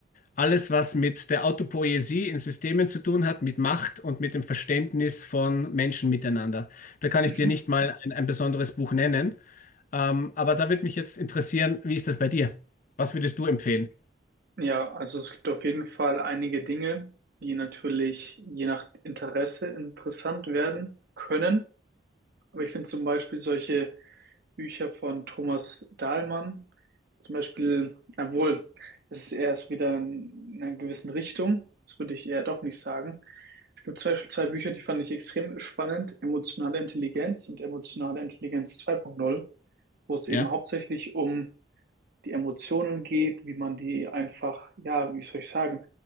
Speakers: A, on the left; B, on the right.
A: Alles, was mit der Autopoiesie in Systemen zu tun hat, mit Macht und mit dem Verständnis von Menschen miteinander. Da kann
B: Mhm.
A: ich dir nicht mal ein, ein besonderes Buch nennen. Ähm, aber da würde mich jetzt interessieren, wie ist das bei dir? Was würdest du empfehlen?
B: Ja, also es gibt auf jeden Fall einige Dinge, die natürlich je nach Interesse interessant werden können. Aber ich finde zum Beispiel solche Bücher von Thomas Dahlmann, zum Beispiel, obwohl, das ist erst wieder in, in einer gewissen Richtung, das würde ich eher doch nicht sagen. Es gibt zum Beispiel zwei Bücher, die fand ich extrem spannend, Emotionale Intelligenz und Emotionale Intelligenz zwei Punkt null, wo es
A: Ja,
B: eben hauptsächlich um die Emotionen geht, wie man die einfach, ja, wie soll ich sagen,